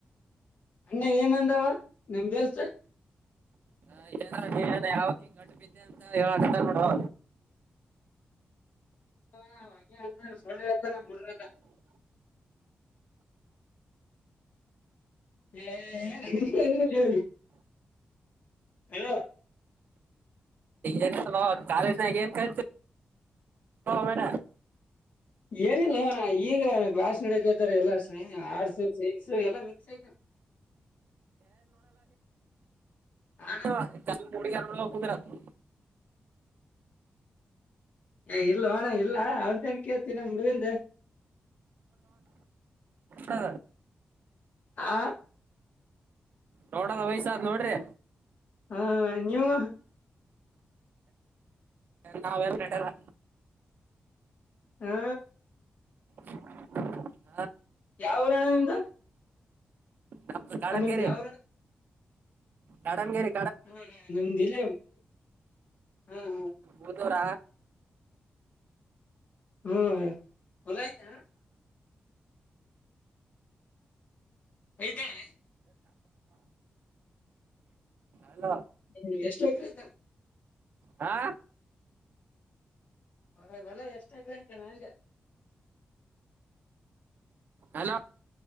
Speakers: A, on the left (about 55°); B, on the right (about 70°).
A: ಅಣ್ಣ ಏನ ಅಂದವ ನಿಮ್ದಲ್ಸ
B: ಹ ಏನ ಯಾವಕಿ ಗಂಟ ಬಿದ್ದೆ ಅಂತ ಹೇಳಕ್ ನೋಡುವ
A: ಹಾ ಹ ಅಂದ ಸೊಳ್ಳೆ ಅತ ನ ಬಿಡ್ರಲ್ಲ ಹ್ಮ್ ಹ ಹಲೋ
B: ಏನ್ ಕಾಲಜಿನಾಗ ಏನ್ ಕತ ಮೇಡ
A: ಹೇಳಿಲ್ಲ ಈಗ ಕ್ಲಾಸ್ ನಡಕ್ತಾರೆ ಎಲ್ಲ ಸನ್ ಆಡ್ಸ ಸೈನ್ಸ ಎಲ್ಲಾ ಮಿಕ್ಸ್ ಆಯ್ತ ಅಣ್ಣ
B: ಹ ಕಾಲ ಪೋಡಿಗರುದ ರತು
A: ಏ ಇಲ್ಲ ಹಣ ಇಲ್ಲ ಅವನ್ಏನ್ ಕೇಳ್ತೀನ ಹುಡುಗಿಂದ
B: ಹಾ
A: ಆ
B: ನೋಡದ ವಯಸಾದ್ ನೋಡ್ರಿ
A: ಹಾ ನೀವು
B: ನಾವ್ಯಾರ್ ನಡೆಯಲ್ಲ
A: ಹಾ
B: ಹ್ಮ್ಮ್.
A: ಯಾವ ಊರ ಅಣ್ಣ ನಿಮ್ದ
B: ನಮ್ಮಕಾಡಗೆೇರೆ
A: ನಿಮ್ದ್ ಯಾವ್ರಣ
B: ಕಾಡಮಗೆರಿ
A: ಹಾ ಹಾ ನಮ್ದಿಲ್ಲ <unintelligible>
B: ಬೂದೂರ
A: ಹ್ಮ್ ಹೊಲಯತ ಯ್ತಾನೆ
B: ಅಲ
A: ಹ್ಮ ಎಷ್ಟ ಅದಾ
B: ಹಾ
A: ಹೊ ಬಲ ಎಷ್ಟಾಗ ಆಯತ ನಂಗೆ
B: ಅಲ